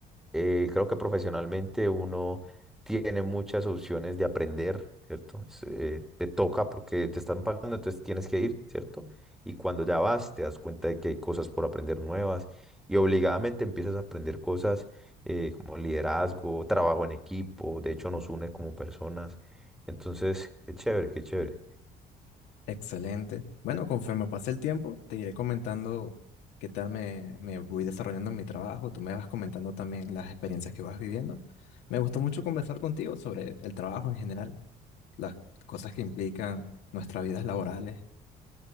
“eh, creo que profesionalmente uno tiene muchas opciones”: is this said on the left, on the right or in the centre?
Centre